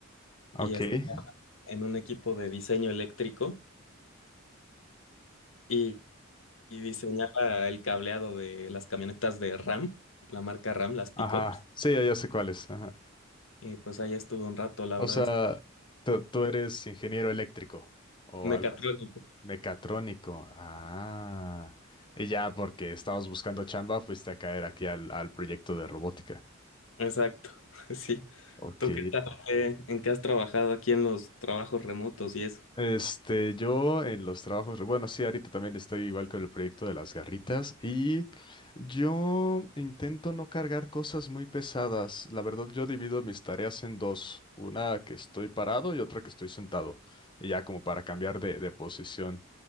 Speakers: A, on the left (about 20°); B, on the left (about 65°).
A: ok.
B: y estaba
A: Eh,
B: en un equipo de diseño eléctrico y, y diseñaba el cableado de las camionetas de RAM, la marca RAM, las pickups,
A: Ajá, sí, ya ya sé cuál es. Ajá.
B: y pues ahí estuve un rato, la
A: O
B: verdad,
A: sea,
B: estuvo
A: tú, tú eres ingeniero eléctrico o
B: mecatrónico,
A: algo así. mecatrónico. Ah, y ya porque estabas buscando chamba, fuiste a caer aquí al, al proyecto de robótica.
B: exacto, <laughs> sí.
A: Ok.
B: ¿Tú qué tal? eh, ¿En qué has trabajado aquí en los trabajos remotos y eso?
A: Este, yo en los trabajos, bueno, sí, ahorita también estoy igual con el proyecto de las garritas y yo intento no cargar cosas muy pesadas. La verdad, yo divido mis tareas en dos, una que estoy parado y otra que estoy sentado, y ya como para cambiar de, de posición.